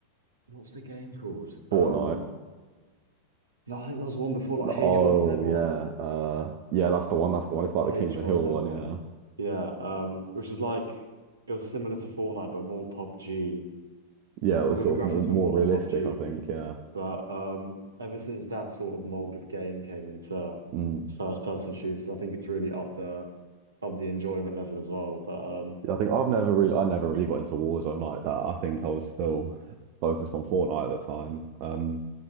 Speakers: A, on the right; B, on the right.
A: what was the game called?
B: Fortnite.
A: Um, no, I think that was one before like
B: Oh
A: H1Z1.
B: yeah. Uh yeah, that's the one. That's the one. It's like
A: H1Z1.
B: the King of the Hill one, yeah.
A: Yeah, um, which is like it was similar to Fortnite but more PUBG.
B: Yeah, it was
A: All
B: sort
A: the graphics
B: of more more
A: were more
B: realistic,
A: like PUBG.
B: I think. Yeah.
A: But um ever since that sort of mold of game came into
B: Mm.
A: first person shooters, I think it's really up the up the enjoyment level as well. But um
B: I think I've never really I never really got into Warzone like that. I think I was still focused on Fortnite at the time. Um,